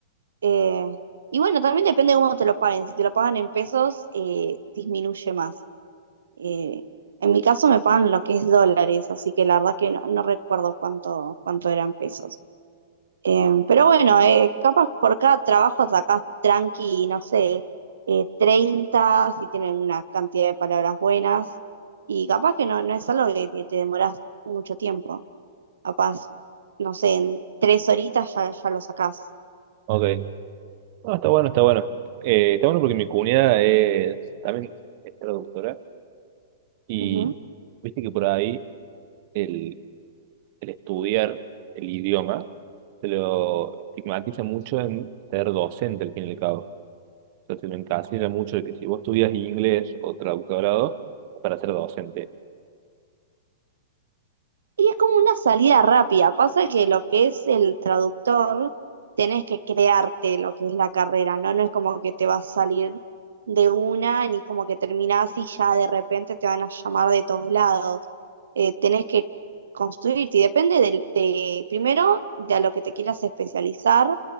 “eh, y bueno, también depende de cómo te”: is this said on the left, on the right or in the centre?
Right